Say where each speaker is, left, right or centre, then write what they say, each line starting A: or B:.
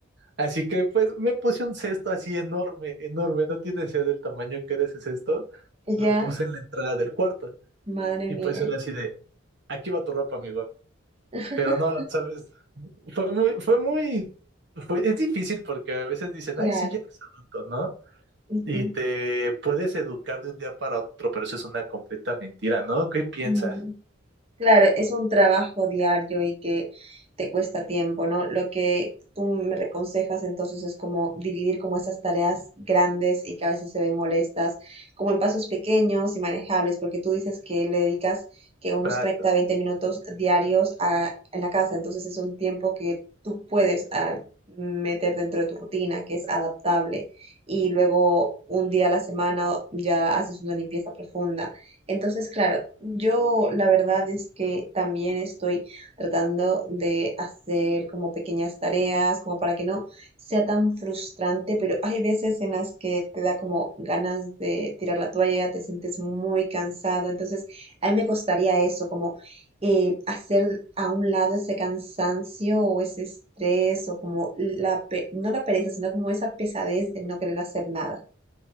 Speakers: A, on the right; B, on the right.
A: Así que pues me puse un cesto así enorme, enorme, no tiene idea del tamaño que era ese cesto,
B: Ya,
A: lo puse en la entrada del cuarto
B: madre
A: y
B: mía,
A: pues era así de, aquí va tu ropa, amigo.
B: <laughs>
A: Pero no, sabes, fue muy, fue muy, fue- es difícil porque a veces dicen,
B: claro.
A: ay, sí, ya eres adulto, ¿no?
B: ujú,
A: y te puedes educar de un día para otro, pero eso es una completa mentira, ¿no? ¿Qué piensas?
B: mm. Claro, es un trabajo diario y que te cuesta tiempo, ¿no? Lo que tú me aconsejas entonces es como dividir como esas tareas grandes y que a veces se ven molestas, como en pasos pequeños y manejables, porque tú dices que le dedicas que unos
A: Exacto.
B: 30, 20 minutos diarios a, en la casa, entonces es un tiempo que tú puedes ah, meter dentro de tu rutina, que es adaptable, y luego un día a la semana ya haces una limpieza profunda entonces, claro, yo la verdad es que también estoy tratando de hacer como pequeñas tareas, como para que no sea tan frustrante, pero hay veces en las que te da como ganas de tirar la toalla, te sientes muy cansado, entonces a mí me costaría eso, como eh, hacer a un lado ese cansancio o ese estrés o como la, pe- no la pereza, sino como esa pesadez de no querer hacer nada.